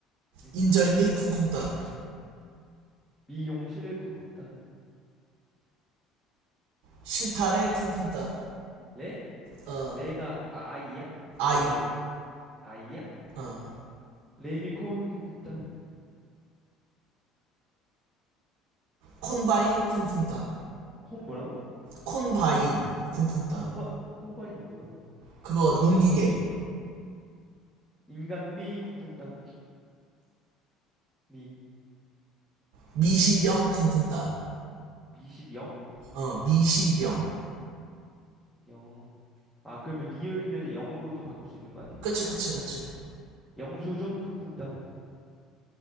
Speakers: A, in the centre; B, on the right.
A: 인.
B: 인절미
A: 인.
B: 쿵쿵 따.
A: 미용실 쿵쿵따.
B: 실타래
A: 실.
B: 쿵쿵따
A: 레?
B: 어
A: 레가 아이야?
B: 아이
A: 어이야? 아이야?
B: 어
A: 레미콘 쿵쿵따.
B: 콘바인 쿵쿵따
A: 콤 뭐라고?
B: 콘바인 쿵쿵따
A: 콤바, 콤바인이 뭐야?
B: 그거 농기계
A: 인간미 쿵쿵따. 미.
B: 미시령 쿵쿵따
A: 미실 영?
B: 어 미시령
A: 영. 아, 그러면 리얼이면 0으로도 바꿀 수 있는 거 아니야?
B: 그치 그치 그치
A: 영수증 큰 쿵따.